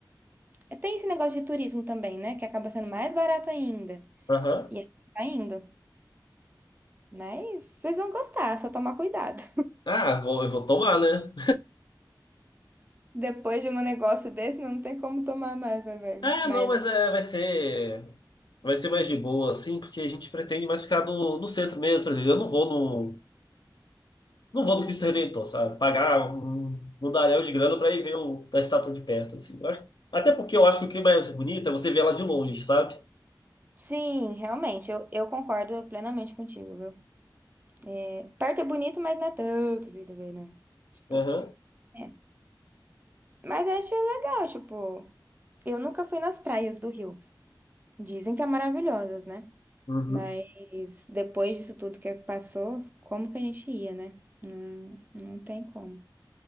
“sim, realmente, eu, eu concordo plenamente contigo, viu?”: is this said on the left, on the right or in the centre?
Right